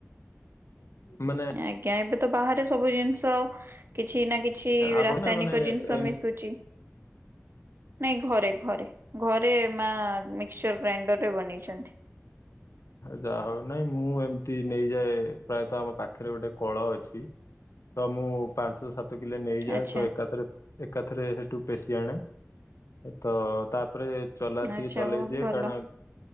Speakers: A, on the left (about 70°); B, on the right (about 50°).
A: ମାନେ
B: ଆଜ୍ଞା ଏବେ ତ ବାହାରେ ସବୁ ଜିନିଷ କିଛି ନା କିଛି କିଛି
A: ଆପଣ
B: ରାସାୟନିକ
A: ନା ମାନେ
B: ଜିନିଷ
A: ଏମ
B: ମିଶୁଛି। ନାଇଁ ଘରେ ଘରେ ଘରେ ମା ମିକ୍ସଚର ଗ୍ରାଇଣ୍ଡରରେ ବନେଇଛନ୍ତି।
A: ଯାହା ହଉ ନାଇଁ ମୁଁ ଏମିତି ନେଇଯାଏ ପ୍ରାୟତଃ ଆମ ପାଖରେ ଗୋଟେ କଳ ଅଛି। ତ ମୁଁ ପାଞ୍ଚ ସାତ କିଲୋ ନେଇଯାଏ
B: ଆଚ୍ଛା
A: ତ ଏକାଥରେ ଏକାଥରେ ସେଠୁ ପେଶି ଆଣେ ତ ତାପରେ ଚଲାର ଟିକେ
B: ଆଚ୍ଛା
A: ଚଲେଇଦିଏ
B: ବହୁତ ଭଲ
A: କାରଣ